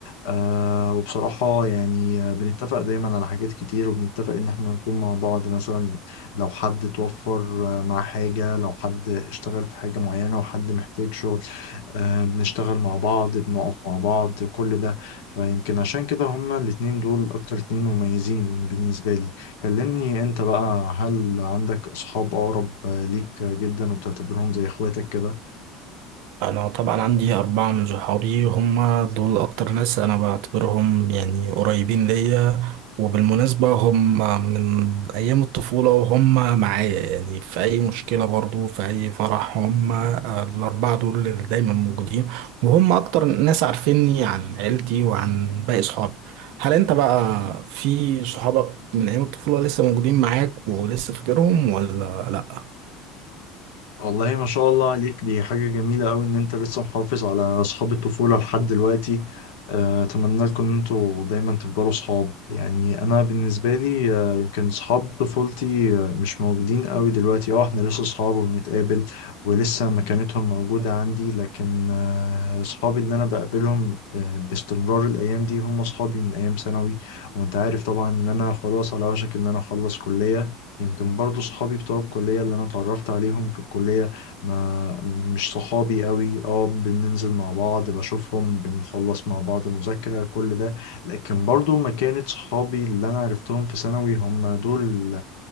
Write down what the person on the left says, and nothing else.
آه وبصراحة يعني آه، بنتفق دايما على حاجات كتير وبنتفق ان احنا نكون مع بعض مثلا لو حد توفر آه، مع حاجة لو حد اشتغل في حاجة معينة وحد محتاج شغل آه، بنشتغل مع بعض بنقف مع بعض كل ده فيمكن عشان كده هما الاتنين دول أكتر اتنين مميزين بالنسبة لي كلمني أنت بقى هل عندك أصحاب أقرب آه، ليك جدا وبتعتبرهم زي إخواتك كده؟
والله ما شاء الله عليك دي حاجة جميلة أوي إن أنت لسه محافظ على أصحاب الطفولة لحد دلوقتي آه، أتمنى لكم إن أنتوا دايما تفضلوا صحاب يعني أنا بالنسبة لي آه، يمكن صحاب طفولتي آه، مش موجودين أوي دلوقتي أه إحنا لسه صحاب وبنتقابل ولسه مكانتهم موجودة عندي لكن آه، صحابي اللي أنا بقابلهم آه، باستمرار الأيام دي هم صحابي من أيام ثانوي وأنت عارف طبعا إن أنا خلاص على وشك إن أنا أخلص كلية يمكن برضو صحابي بتوع الكلية اللي أنا اتعرفت عليهم في الكلية ما مش صحابي قوي اه بننزل مع بعض بشوفهم بنخلص مع بعض مذاكرة كل ده لكن برضو ما كانت صحابي اللي أنا عرفتهم في ثانوي هم دول